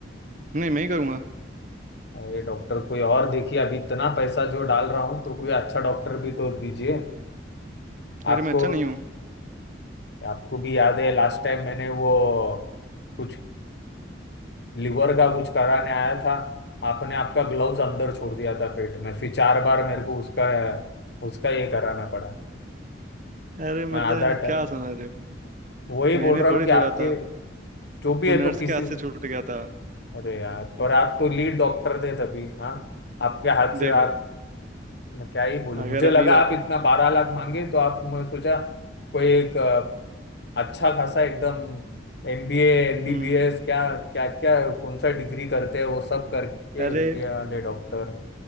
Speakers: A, on the right; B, on the left.
A: नहीं मैं ही करूँगा
B: और ये डॉक्टर कोई और देखिए अभी इतना पैसा जो डाल रहा हूँ तो कोई अच्छा डॉक्टर भी तो दीजिए
A: अरे
B: आपको
A: मैं अच्छा नहीं हूँ
B: आपको भी याद है लास्ट टाइम मैंने वो कुछ लिवर का कुछ कराने आया था आपने आपका ग्लव्स अंदर छोड़ दिया था पेट में फिर चार बार मेरे को उसका उसका ये कराना पड़ा
A: अरे मतलब
B: मैं आधा टाइम
A: क्या समझ रहे हो
B: वही
A: मैंने
B: बोल रहा
A: थोड़े
B: हूँ कि
A: छोड़ा
B: आपके
A: था
B: जो भी
A: वो
B: है
A: नर्स
B: तो किसी
A: के हाथ से छूट गया था
B: अरे यार पर आप तो लीड डॉक्टर थे तभी हाँ आपके हाथ से
A: देखो
B: आप मैं क्या ही बोलूं
A: अगर
B: मुझे
A: अभी
B: लगा
A: आप
B: आप इतना बारह लाख मांगे तो आप मैं सोचा कोई एक अ, अच्छा खासा एकदम एमबीए एमबीबीएस
A: हम्म
B: क्या क्या क्या कौन सा डिग्री करते हैं वो सब करके
A: अरे
B: किया वाले डॉक्टर